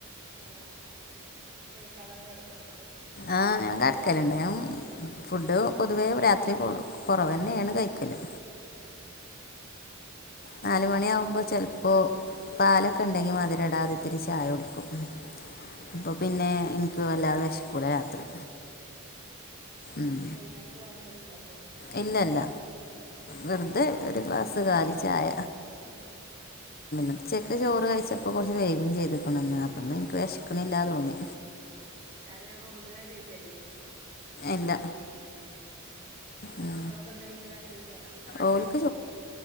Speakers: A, on the right; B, on the left.
A: ആഹ് കഴിക്കാതങ്ങ് കെടന്നോഎന്നിട്ട്
B: ആഹ് ഞാൻ കട്ക്കല്ണ്ട് ഞാ ഫുഡ് പൊതുവേ രാത്രി കൊറവന്നെയാണ് കഴിക്കല്
A: ആഹ്
B: നാലുമണിയാവുമ്പോ ചെലപ്പോ പാലൊക്കെ ഇണ്ടെങ്കി മധുരടാതെത്തിരി ചായ കൊടുക്കും
A: ആ
B: അപ്പൊ പിന്നെ ഇൻക്ക് വല്ലാതെ വെഷക്കൂല രാത്രി. ഉം
A: വൈന്നേരത്ത് വേറെ എന്തേലും ഉണ്ടാക്കോ
B: ഇല്ലല്ല വെർതെ
A: മാത്രം കഴിച്ചു
B: ഒരു ഗ്ലാസ് കാലി ചായ
A: ഉം
B: ഉച്ചക്ക് ചോറ് കഴിച്ചപ്പോ കുറച്ച് വേയ്കും ചെയ്ത്ക്ക്‌ണ്. അപ്പൊന്ന് ഇനിക്ക് വെഷക്കിണില്ലാ തോന്നി.
A: രാത്രി അപ്പൊ പൊതുവെ കഴിക്കല്ലേ?
B: ഇല്ല
A: ഉം.
B: ഉം
A: മക്കളൊക്കെ എന്താ കഴിക്കാ രാത്രി ചോറന്നേ
B: ഓൽക്ക്